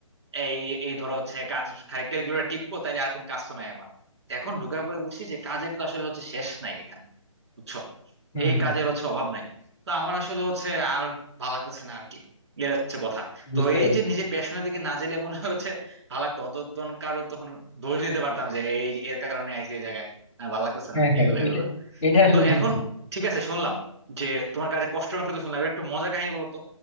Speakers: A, on the right; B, on the left.
A: এই এই ধরো হচ্ছে কাজ খালি ক্যালকুলেটর টিপবো তাইলে আর কোন কাজ তো নাই আমার এখন ঢোকার পরে বুঝছি যে কাজের তো আসলে হচ্ছে শেষ নাই এখানে বুঝছো
B: হম
A: এই
B: হম
A: কাজের হচ্ছে অভাব নাই তো আমার আসলে হচ্ছে আর ভালো লাগতেছে না আর কি এটা হচ্ছে কথা
B: বুঝতে
A: তো এই
B: পারছি
A: যে নিজের প্যাশনের দিকে না গেলে মনে হচ্ছে ভালো লাগতো অন্তত তখন কারণে তখন দোষ দিতে পারতাম যে এই এর কারণে আইসি এই জায়গায় আর ভালো লাগতেছে
B: হ্যাঁ
A: না
B: হ্যাঁ
A: এগুলা এগুলা
B: এটা এটা আসলে
A: তো
B: ঠিক
A: এখন ঠিক আছে শুনলাম যে তোমার কাজে কষ্টের অংশ তো শুনলাম এবার একটু মজা কাহিনী বলো তো